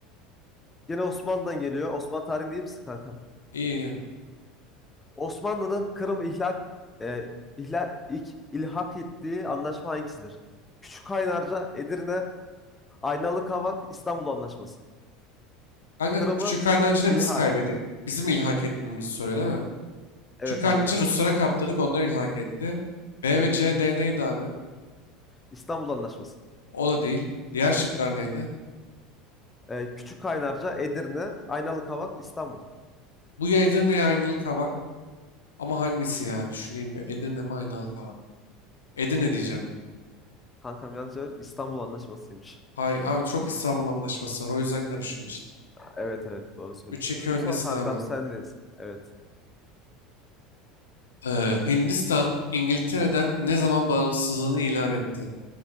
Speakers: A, on the left; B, on the left.
A: Gene Osmanlı'dan geliyor. Osmanlı tarihi değil misin kankam?
B: İyi iyi.
A: Osmanlı'nın Kırım ihlak e, ihlal ilk ilhak ettiği anlaşma hangisidir? Küçük Kaynarca, Edirne, Aynalı Kavak, İstanbul Anlaşması.
B: Kanka
A: Kırım'ı
B: Küçük da
A: ilhak.
B: biz kaybettik. Bizim ilhak etmemizi soruyor değil mi?
A: Evet
B: Küçük kaynancı
A: aynen.
B: Ruslara kaptırdık, onlar ilhak etti. B ve C,
A: Hı.
B: D neydi abi?
A: İstanbul Anlaşması.
B: O da değil. Diğer şıklar neydi?
A: E, Küçük Kaynarca, Edirne, Aynalı Kavak, İstanbul.
B: Bu ya Edirne ya Aynalı Kavak. Ama hangisi ya? Düşüneyim bir. Edirne mi Aynalı Kavak? Edirne diyeceğim ya.
A: Kankam yanlış cevap İstanbul Anlaşması'ymış.
B: Hay abi çok İstanbul Anlaşması var. O yüzden karışıyor işte.
A: Evet evet doğru söylüyorsun.
B: 3-2 öndesin
A: Sor kankam
B: abi.
A: sendeyiz. Evet.
B: Ee, Hindistan İngiltere'den ne zaman bağımsızlığını ilan etti?